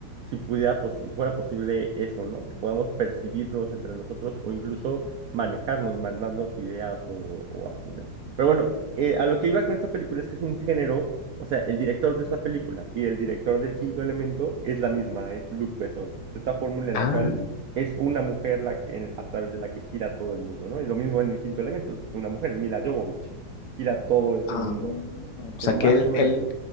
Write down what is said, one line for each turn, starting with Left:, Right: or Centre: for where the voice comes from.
Right: si pudiera, pos- si fuera posible eso, ¿no? Que podamos percibirnos entre nosotros o incluso manejarnos, mandarnos ideas o, o así, ¿no? Pero bueno, eh, a lo que iba con esta película es que es un género o sea, el director de esa película y el director del Quinto Elemento es la misma, es Luc Besson. Esta fórmula en
Left: Ah,
Right: la cual es una mujer la que, en- a través de la que gira todo el mundo, ¿no? Y lo mismo en el Quinto Elemento, es una mujer, es Mila Jovovich, gira todo ese
Left: ah.
Right: mundo.
Left: O
Right: Entonces,
Left: sea que
Right: más
Left: él,
Right: o menos.
Left: él,